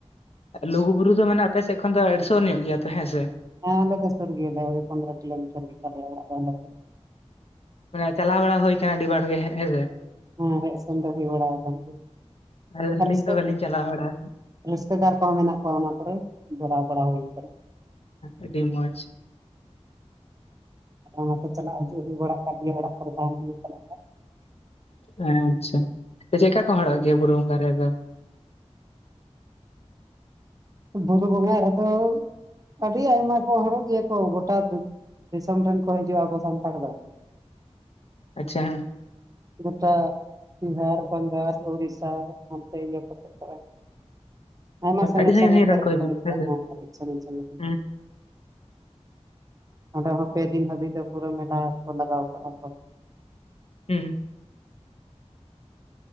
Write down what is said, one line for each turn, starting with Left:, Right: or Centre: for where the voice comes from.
Left: ᱞᱩᱜᱩ ᱵᱩᱨᱩ ᱫᱚ ᱢᱟᱱᱮ ᱟᱯᱮ ᱥᱮᱫ ᱠᱷᱚᱱ ᱫᱚ ᱫᱩᱨ ᱧᱚᱜ ᱜᱮᱭᱟ ᱛᱚ ᱦᱮᱸ ᱥᱮ?
Right: ᱦᱮᱸ ᱟᱞᱮ ᱫᱚ ᱥᱳᱨ ᱜᱮᱭᱟ <unintelligible> ᱯᱚᱱᱫᱨᱚ ᱠᱤᱞᱳᱢᱤᱴᱚᱨ ᱜᱮᱛᱟᱞᱮᱭᱟ ᱚᱲᱟᱜ ᱫᱚ᱾
Left: ᱢᱟᱱᱮ ᱪᱟᱞᱟᱣ ᱵᱟᱲᱟ ᱦᱩᱭ ᱟᱠᱟᱱᱟ ᱟᱹᱤᱰ ᱵᱟᱨ ᱜᱮ ᱦᱮᱸ ᱥᱮ?
Right: ᱦᱮᱸ ᱦᱮᱡ ᱥᱮᱱ ᱫᱚ ᱦᱩᱭ ᱵᱟᱲᱟ ᱟᱠᱟᱱ ᱜᱮᱭᱟ
Left: ᱟᱹᱞᱤᱧ
Right: <unintelligible>
Left: ᱫᱚ ᱵᱟᱹᱞᱤᱧ ᱪᱟᱞᱟᱣ ᱵᱟᱲᱟ ᱟᱠᱟᱱᱟ᱾
Right: ᱨᱤᱥᱛᱮᱫᱟᱨ ᱠᱚᱦᱚᱸ ᱢᱮᱱᱟᱜ ᱠᱚᱣᱟ ᱚᱱᱟ ᱠᱚᱨᱮ ᱡᱚᱲᱟᱣ ᱵᱟᱲᱟ ᱦᱩᱭ ᱠᱟᱱᱟ᱾
Left: ᱟᱹᱰᱤ ᱢᱚᱡᱽ
Right: ᱚᱱᱟᱛᱮ ᱪᱟᱞᱟᱜ ᱦᱤᱡᱩᱜ ᱦᱩᱭ ᱵᱟᱲᱟᱜ ᱠᱟᱱ ᱜᱮᱭᱟ ᱚᱲᱟᱜ ᱠᱚᱨᱮ ᱛᱟᱦᱮᱱ ᱦᱩᱭᱩᱜ ᱠᱟᱱᱟ ᱛᱚ,
Left: ᱦᱮᱸ ᱟᱪᱪᱷᱟ ᱪᱮᱫ ᱞᱮᱠᱟ ᱠᱚ ᱦᱚᱲᱚᱜ ᱜᱮᱭᱟ ᱵᱩᱨᱩ ᱵᱚᱸᱜᱟ ᱨᱮᱫᱚ?
Right: ᱵᱩᱨᱩ ᱵᱚᱸᱜᱟ ᱨᱮᱫᱚ ᱟᱹᱰᱤ ᱟᱭᱢᱟ ᱠᱚ ᱦᱚᱲ ᱜᱮᱭᱟ ᱠᱚ ᱜᱚᱴᱟ ᱫᱤᱥᱚᱢ ᱨᱮᱱ ᱠᱚ ᱦᱤᱡᱩᱜ-ᱟ ᱟᱵᱚ ᱥᱟᱱᱛᱟᱲ ᱫᱚ᱾
Left: ᱟᱪᱪᱷᱟ ᱦᱮᱸ,
Right: ᱜᱚᱴᱟ ᱵᱤᱦᱟᱨ ᱵᱟᱝᱜᱟᱞ ᱳᱲᱤᱥᱟ ᱦᱟᱱᱛᱮ ᱤᱭᱟᱹ ᱠᱚ ᱥᱮᱫ ᱟᱭᱢᱟ ᱥᱟᱺᱜᱤᱧ
Left: ᱟᱹᱰᱤ
Right: ᱥᱟᱺᱜᱤᱧ ᱠᱚᱨᱮᱱ
Left: ᱨᱮᱱ
Right: ᱠᱚ
Left: ᱦᱤᱡᱩᱜ
Right: ᱦᱤᱡᱩᱜ-ᱟ
Left: ᱜᱮᱭᱟ ᱦᱮᱸ ᱥᱮ
Right: ᱦᱚᱸ ᱠᱟᱹᱴᱤᱡ ᱥᱟᱺᱜᱤᱧ ᱥᱟᱺᱜᱤᱧ ᱨᱮᱱ,
Left: ᱦᱩᱸ
Right: ᱚᱸᱰᱮ ᱦᱚᱸ ᱯᱮ ᱫᱤᱱ ᱦᱟᱹᱵᱤᱡ ᱫᱚ ᱯᱩᱨᱟᱹ ᱢᱮᱞᱟ ᱠᱚ ᱞᱟᱜᱟᱣ ᱠᱟᱜ-ᱟ ᱠᱚ᱾
Left: ᱦᱩᱸ